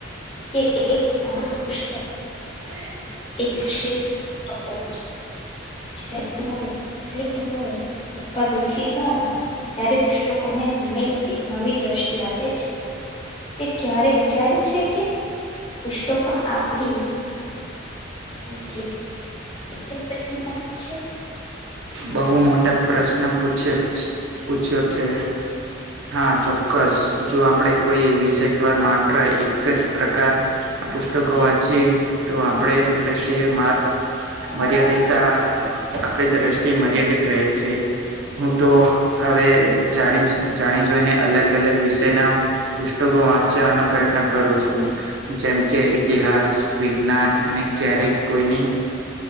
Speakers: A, on the left; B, on the right.
A: કે, એક સારું પુસ્તક
B: <unintelligible>
A: <unintelligible> <unintelligible> પુસ્તકો ને દ્યારો કે પુસ્તકોને, હંમેશા એક નવી દ્રષ્ટિ આપે છે. તે ક્યારે વિચારી છે કે, પુસ્તકો આપડી <unintelligible> <unintelligible>
B: બહુ મોટા પ્રશ્ન પૂછ્યા પૂછ્યો છે. હા, ચોક્કસ. જો આપણેે કોઈ વિષય પર માત્ર એક જ પ્રકાર આ પુસ્તકો વાંચીએે, તો આપણેે દ્રશ્ય માર મર્યાદીતા, આપડી દ્રષ્ટિ મર્યાદિત રહે છે. હું તો હવે જાણી જાણી જોઈને, અલગ-અલગ વિષયના પુસ્તકો વાંચવાનો પ્રયત્ન કરું છું. જેમ કે ઇતિહાસ, વિજ્ઞાન અને ક્યારેક કોઈની